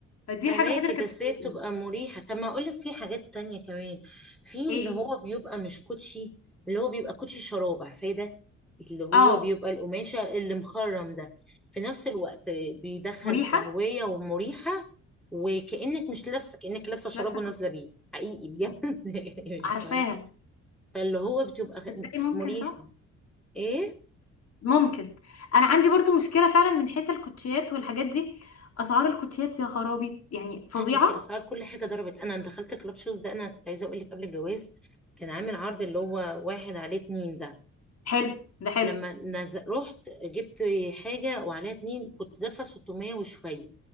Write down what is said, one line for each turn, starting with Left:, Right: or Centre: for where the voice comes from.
Left: فدي
Centre: فماكي
Left: الحاجه الوحيده اللي
Centre: بس
Left: كانت
Centre: هي
Left: بتضايقني.
Centre: بتبقى مريحة طب ما اقول لك في حاجات تانية كمان في اللي
Left: ايه
Centre: هو بيبقى مش كوتشي اللي هو بيبقى كوتشي شراب عارفاه ده اللي هو
Left: اه
Centre: بيبقى القماشة اللي مخرم ده في نفس الوقت بيدخل
Left: مريحه
Centre: تهوية ومريحة وكأنك مش لابسة كأنك لابسة
Left: مش
Centre: شراب
Left: لابسه
Centre: ونازلة
Left: كنت
Centre: بيه حقيقي بجد
Left: عارفاها
Centre: <laughs> فاللي هو بتبقى
Left: تبدأي ممكن
Centre: مريحة
Left: صح
Centre: ايه
Left: ممكن انا عندي برضو مشكله فعلا من حيث الكوتشيات والحاجات دي اسعار الكوتشيات يا خرابي يعني فظيعه
Centre: لا انت اسعار كل حاجه ضربت انا دخلت كلاب شوز ده انا كنت عايزه اقول لك قبل الجواز كان عامل عرض اللي هو واحد عليه اتنين ده
Left: حلو ده حلو
Centre: لما نزل رحت جبت حاجه وعليها اتنين كنت دافعه 600 وشويه